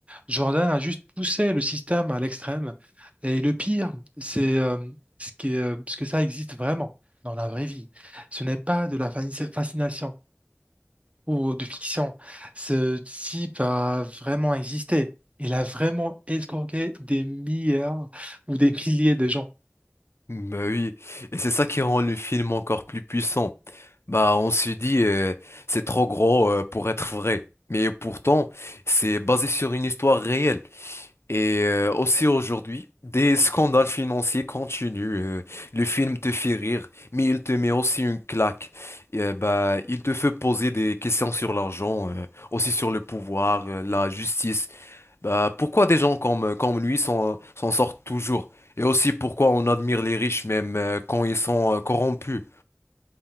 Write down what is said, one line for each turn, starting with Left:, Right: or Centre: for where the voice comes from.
Right: Jordan a juste poussé le système à l'extrême. Et le pire, c'est euh, ce qui est, euh, ce que ça existe vraiment dans la vraie vie. Ce n'est pas de la fani- fascination ou de fiction. Ce type a vraiment existé. Il a vraiment escroqué des milliards ou des milliers de gens.
Left: Bah oui, et c'est ça qui rend le film encore plus puissant. Bah on se dit euh, c'est trop gros euh, pour être vrai, mais pourtant c'est basé sur une histoire réelle. Et euh, aussi aujourd'hui, des scandales financiers continuent. euh, le film te fait rire, mais il te met aussi une claque. Et, euh, bah il te fait poser des questions sur l'argent, euh, aussi sur le pouvoir, euh, la justice bah, pourquoi des gens comme, comme lui s'en s'en sortent toujours? Et aussi pourquoi on admire les riches même euh, quand ils sont euh, corrompus?